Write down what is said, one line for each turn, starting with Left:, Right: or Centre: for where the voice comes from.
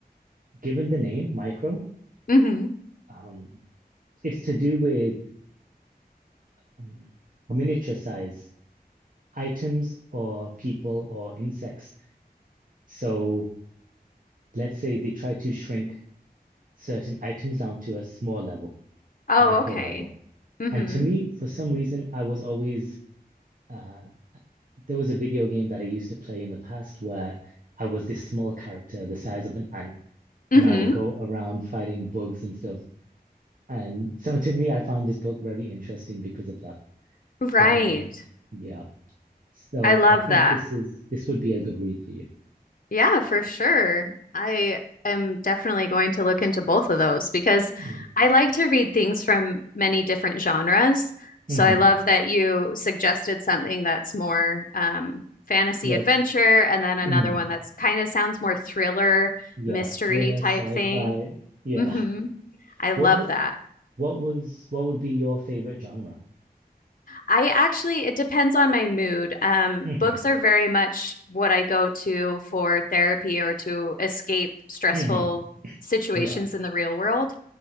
Right: given the name Micro,
Left: <laughs> hmm
Right: um, it's to do with um, miniature size items or people or insects. So Let's say they try to shrink certain items down to a small level,
Left: Oh,
Right: micro
Left: okay.
Right: level.
Left: hmm
Right: And to me, for some reason, I was always uh, there was a video game that I used to play in the past where I was this small character, the size of an ant,
Left: hmm
Right: and I would go around fighting bugs and stuff. And so to me, I found this book very interesting because of that.
Left: Right.
Right: But um, yeah. So
Left: I love
Right: I think
Left: that.
Right: this is this would be a good read for you.
Left: Yeah, for sure. I am definitely going to look into both of those because
Right: Mm.
Left: I like to read things from many different genres.
Right: hmm
Left: So I love that you suggested something that's more um, fantasy
Right: Yeah.
Left: adventure and then
Right: Mm.
Left: another one that's kind of sounds more thriller,
Right: Yeah.
Left: mystery
Right: Thriller,
Left: type
Right: sci-fi.
Left: thing.
Right: Yeah.
Left: hmm I
Right: What
Left: love
Right: would
Left: that.
Right: what was what would be your favorite genre?
Left: I actually, it depends on my mood. Um,
Right: hmm
Left: books are very much what I go to for therapy or to escape stressful
Right: hmm
Left: situations
Right: Yeah,
Left: in the real world.